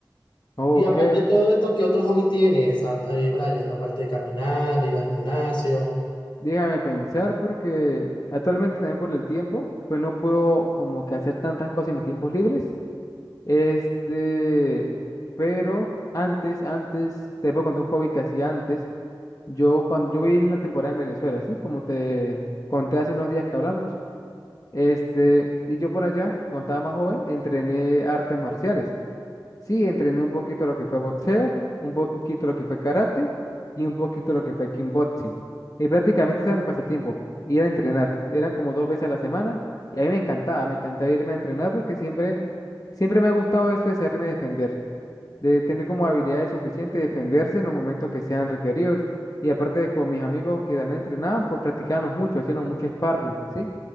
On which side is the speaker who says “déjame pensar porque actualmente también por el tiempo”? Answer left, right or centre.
Left